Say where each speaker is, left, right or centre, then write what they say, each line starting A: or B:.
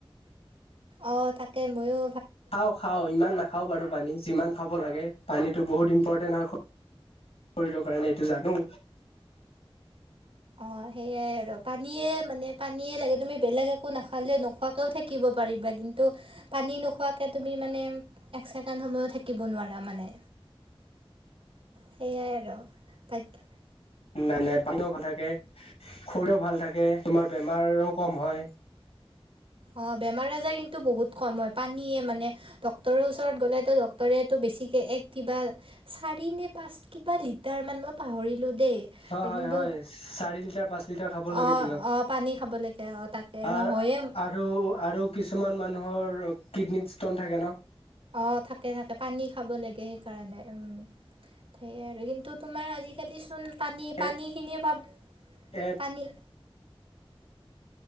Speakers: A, on the right (about 65°); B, on the left (about 80°).
A: অ তাকে মইয়ো
B: খাওঁ, খাওঁ ইমান নাখাও বাৰু পানী যিমান খাব লাগে পানীটো বহুত ইম্পৰ্টেন্ট হয় শৰীৰৰ কাৰণে এইটো জানো।
A: অ সেইয়াই আৰু পানীয়ে মানে মানে পানীয়ে লাগে তুমি বেলেগ একো নাখালে নোখোৱাকেও থাকিব পাৰিবা কিন্তু পানী নোখোৱাকে তুমি মানে একছেকেণ্ড সময়ো থাকিব নোৱাৰা মানে। সেয়াই আৰু বাক
B: নাই-নাই পানীও ভাল থাকে খৰিও ভাল থাকে তোমাৰ বেমাৰও কম হয়।
A: অ বেমাৰ আজাৰ কিন্তু বহুত কম হয় পানীয়ে মানে ডক্তৰৰ ওচৰত গ'লেতো ডক্তৰে বেছিকৈ এক কিবা চাৰি নে পাঁচ কিবা লিটাৰ মান মই পাহৰিলো দেই।
B: হয় হয়
A: কিন্তু
B: হয় চাৰি লিটাৰ পাঁচ লিটাৰ খাব লাগে
A: অ-অ
B: দিনত
A: পানী অ তাকে-তাকে
B: আৰু
A: নহয়ে
B: আৰু, আৰু কিছুমান মানুহৰ কিডনীত ষ্টন থাকে ন
A: অ থাকে, থাকে পানী খাব লাগে সেইকাৰণে উম সেয়াই আৰু কিন্তু তোমাৰ আজিকালিচোন পানী-পানীখিনিয়ে
B: এ
A: পাব
B: এ
A: পানী